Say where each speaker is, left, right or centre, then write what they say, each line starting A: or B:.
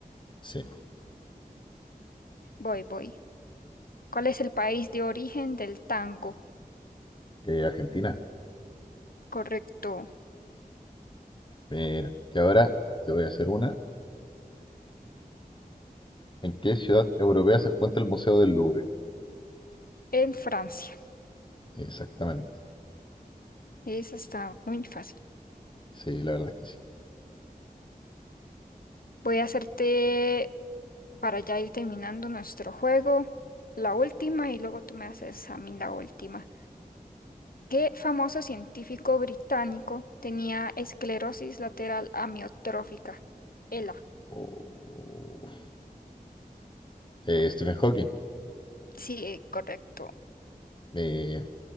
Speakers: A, on the left; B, on the left.
A: Sí.
B: Voy, voy. ¿Cuál es el país de origen del tango?
A: Eh, Argentina.
B: Correcto,
A: Mira, y ahora te voy a hacer una. ¿En qué ciudad europea se encuentra el Museo del Louvre?
B: en Francia.
A: Exactamente.
B: Esa está muy fácil.
A: Sí, la verdad es que sí.
B: Voy a hacerte, para ya ir terminando nuestro juego, la última y luego tú me haces a mí la última. ¿Qué famoso científico británico tenía esclerosis lateral amiotrófica? ELA.
A: Oh. Eh, Stephen Hawking.
B: Sí, eh, correcto.
A: Mira.